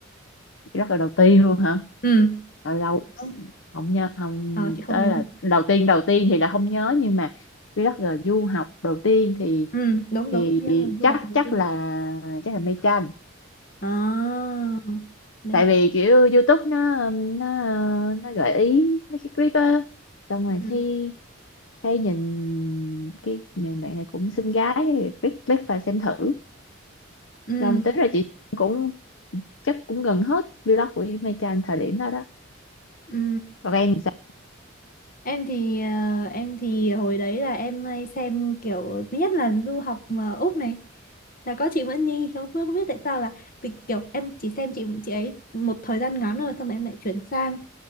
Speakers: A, on the left (about 70°); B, on the left (about 45°).
A: rất là đầu tiên luôn hả
B: ừ
A: lâu lâu
B: Không.
A: không nhớ không
B: Ờ, chị không
A: tới
B: nhớ.
A: là
B: đâu.
A: đầu tiên đầu tiên thì là không nhớ nhưng mà vì rất là du học đầu tiên thì
B: Ừ, đúng đúng,
A: thì
B: biết là du
A: chắc
B: học đầu
A: chắc
B: tiên.
A: là chắc là mây tranh
B: À, mày.
A: tại vì kiểu YouTube nó um, nó nó gợi ý mấy cái clip á xong rồi
B: Ừ.
A: thì thấy nhìn cái nhìn bạn này cũng xinh gái click click và xem thử
B: Ừ.
A: xong tính ra chị cũng chắc cũng gần hết vlog của mây tranh thời điểm đó đó
B: Ừ.
A: còn em thì sao
B: Em thì ờ, em thì hồi đấy là em hay xem kiểu thứ nhất là du học mà Úc này là có chị Nguyễn Nhi không không biết tại sao là vì kiểu em chỉ xem chị chị ấy một thời gian ngắn rồi xong rồi em lại chuyển sang